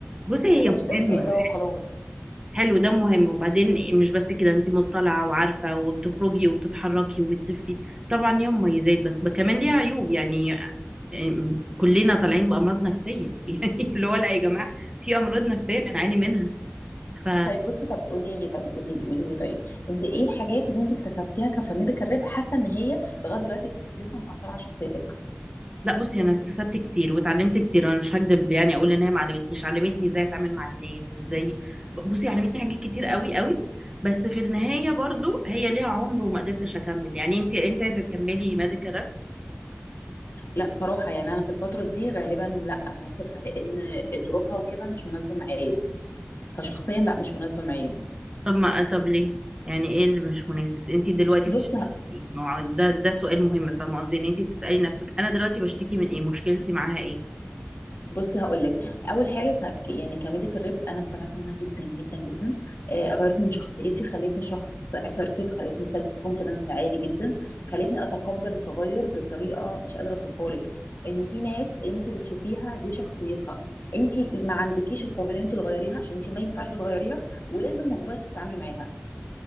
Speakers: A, on the right; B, on the left.
A: بصي هي
B: ده
A: مهمه
B: مش ده مش اي دواء وخلاص
A: حلو ده مهم وبعدين مش بس كده انت مطلعة وعارفة وبتخرجي وبتتحركي وبتلفي طبعا ليها مميزات بس كمان ليها عيوب يعني ام، كلنا طالعين بأمراض نفسية <laughs> يعني اللي هو لا يا جماعة في أمراض نفسية بنعاني منها ف
B: طيب بصي طب قولي لي طيب قولي لي قولي لي طيب انت ايه الحاجات اللي انت اكتسبتيها كفاميديكال ريب حاسه ان هي لغايه دلوقتي لسه مأثره على شخصيتك
A: لا بصي انا اكتسبت كتير واتعلمت كتير انا مش هكدب يعني اقول ان هي ما علمتنيش علمتني ازاي اتعامل مع الناس ازاي بصي علمتني حاجات كتير قوي قوي بس في النهاية برضو هي ليها عمر وما قدرتش اكمل يعني انت انت عايزة تكملي ميديكال
B: لأ صراحة يعني أنا في الفترة دي غالبًا لأ هاسيبها، لإن ظروفها وكده مش مناسبة معايا، كشخصيًا لأ مش مناسبة معايا.
A: طب ما طب ليه يعني ايه اللي مش مناسب انت دلوقتي بتشتكي
B: بُصّي ه
A: من ايه ما هو ده ده سؤال مهم فاهمه قصدي ان انت تسالي نفسك انا دلوقتي بشتكي من ايه مشكلتي معاها ايه
B: بُصّي هاقول لك، أول حاجة ك ك يعني كMedical Rep أنا استفدت منها جدًا، جدًا، جدًا، آآ غيّرت من شخصيتي، خلّتني شخص assertive، خلّتني self confidence عالي جدًا، خلّتني أتقبّل التغيُّر بطريقة مش قادرة أوصفها لِك، إن في ناس أنتِ بتشوفيها دي شخصيتها، أنتِ ما عندكيش القابلية إن أنتِ تغيّريها، عشان أنتِ ما ينفعش تغيّريها، ولازم مُجبرة إن أنتِ تتعاملي معاها،